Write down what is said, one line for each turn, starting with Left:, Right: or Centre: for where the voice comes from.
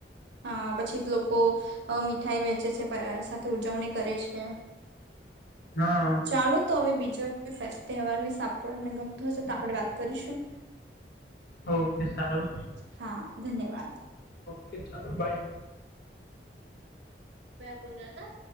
Right: હા પછી તો લોકો અ મીઠાઈ વેચે છે પ અ સાથે ઉજવણી કરે છે.
Left: હા.
Right: ચાલો તો અવે બીજ ફેસ તહેવાર વિશે આપને ગમતું હશે તો આપણે વાત કરીશું
Left: ઓકે સારું
Right: હા ધન્યવાદ
Left: કે ચાલો બાાય
Right: મે બોલ રહા થા